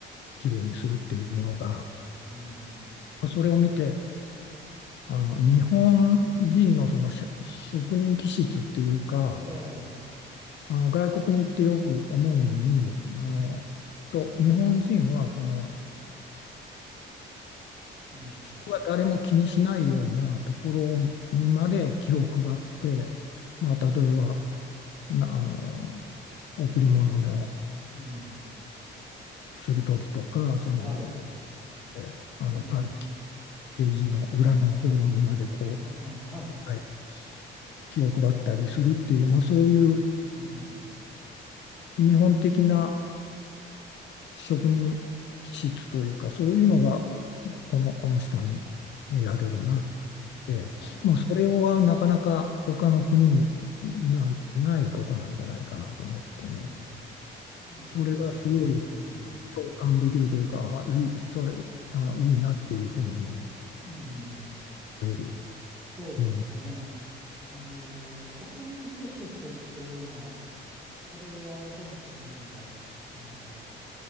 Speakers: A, on the left; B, on the right.
A: 綺麗にするっていうのが、
B: うん
A: それを見て、あの、日本人のそのし職人気質っていうか、
B: ええ、
A: あの、外国に行ってよく思うのに、あの、
B: うん、
A: と、日本人はその、
B: うん、
A: 人が誰も気にしないようなところにまで気を配って、まあ、例えば
B: うん、
A: なあの贈り物の
B: うん、
A: する時とかその
B: はい、
A: えあのパッ
B: うん、
A: ケージの裏の方にまでこ
B: あはは、
A: うはい気を配ったりするっていう、まあ、そういう
B: うん、
A: 日本的な職人気質というかそういうのがこの、この人に見られるな
B: うん、
A: ええ、
B: なる、
A: まあ、それはなかなか他の国に、にはないことなんじゃないかなと思ってね、
B: うん、なるほど、
A: それがすごい
B: うん、う
A: 共感できるというか、あいい、それ、あの、いいなっていうふうにね、
B: ん、
A: 言える。
B: あ、そうですね。
A: うん、
B: あの、職人気質っていうのは、それはどの国でも、あの、